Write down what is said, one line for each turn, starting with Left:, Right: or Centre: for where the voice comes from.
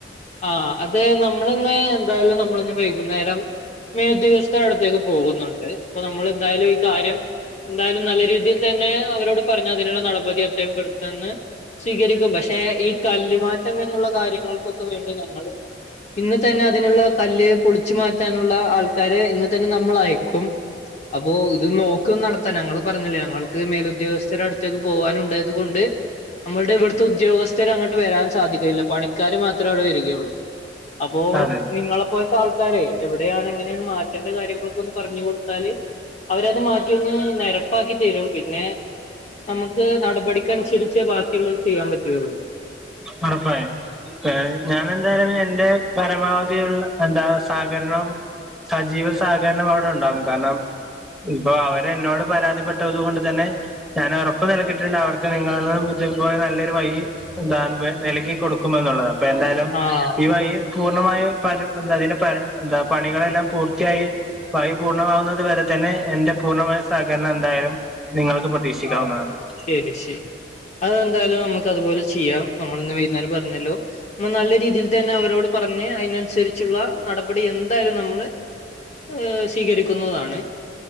Left: ആ അത് നമ്മൾ ഇന്ന് എന്തായാലും നമ്മൾ ഇന്ന് വൈകുന്നേരം <unintelligible> അടുത്തേക്ക് പോകുന്നുണ്ട് ഇപ്പൊ നമ്മൾ എന്തായാലും ഈ കാര്യം എന്തായാലും നല്ല രീതിയിൽ തന്നെ അവരോട് പറഞ്ഞ് അതിനുള്ള നടപടി എത്രേം പെട്ടന്ന് സ്വീകരിക്കും പക്ഷെ ഈ കല്ല് മാറ്റം എന്നുള്ള കാര്യങ്ങൾക്കൊക്കെ വേണ്ടി ഞങ്ങള് ഇന്ന് തന്നെ അതിനുള്ള കല്ല് പൊളിച്ചു മാറ്റാനുള്ള ആൾകാരെ ഇന്ന് തന്നെ നമ്മൾ ആയിക്കും അപ്പൊ ഇത് നോക്കും നടത്താൻ ഞങ്ങള് പറഞ്ഞില്ലേ ഞങ്ങൾക്ക് മേൽ ഉദ്യോഗസ്ഥരുടെ അടുത്തേക്ക് പോകാനുണ്ടായത് കൊണ്ട് നമ്മളുടെ ഇവിടുത്തെ ഉദ്യോഗസ്ഥർ അങ്ങോട്ട് വരാൻ സാധിക ഇല്ല പണിക്കാര് മാ ത്രം അവിടെ വരികയുള്ളൂ അപ്പോ
Centre: അതെ
Left: നിങ്ങളെ പോലത്തെ ആൾക്കാരെ എവി ടെയാണ് ഇങ്ങനെയാണ് മാറ്റേണ്ട കാര്യങ്ങളൊക്കെ ഒന്ന് പറഞ്ഞു കൊടുത്താല് അവരത് മാറ്റി ഒന്ന് നെരപ്പാക്കിത്തരും പിന്നെ നമുക്ക് നടപടികനുസരിച്ചേ ബാക്കി ഉള്ളത് ചെയ്യാൻ പറ്റുക ഒള്ളു
Centre: ഒറപ്പായും ഏഹ് ഞാൻ എന്തായാലും എന്റെ പരമാവധിയുള്ള എന്താ സഹകരണം സജീവ സഹകരണം അവിടെ ഉണ്ടാവും കാരണം ഇപ്പൊ അവര് എന്നോട് പരാതിപ്പെട്ടത് കൊണ്ട് തന്നെ ഞാൻ ഉറപ്പ് നിൽക്കിട്ടുണ്ട് അവർക്ക് നിങ്ങടെ ഇതുപോലെ നല്ലൊരു വഴി എന്താ നിൽകി കൊടുക്കെമെന്നുള്ളത് അപ്പൊ എന്തായാലും
Left: ആഹ്
Centre: ഈ വഴി പൂർണ്ണമായും പരം എന്താ അതിന് പരം എന്താ പണികളെല്ലാം പൂർത്തിയായി വഴി പൂർണ്ണമാവുന്നത് വരെ തന്നെ എന്റെ പൂർണ്ണമായ സഹകരണം എന്തായാലും നിങ്ങൾക്ക് പ്രതീക്ഷിക്കാവുന്നതാണ്.
Left: ആ ശരി ശരി അതെന്തായാലും നമുക്ക് അതുപോലെ ചെയ്യാം നമ്മള വരുന്ന പറഞ്ഞല്ലോ നല്ല രീതിയിൽ തന്നെ അവരോട് പറഞ്ഞ് അതിനനുസരിച്ച് ഉള്ള നടപടി എന്തായാലും നമ്മള് ഏഹ സ്വീകരിക്കുന്നതാണ്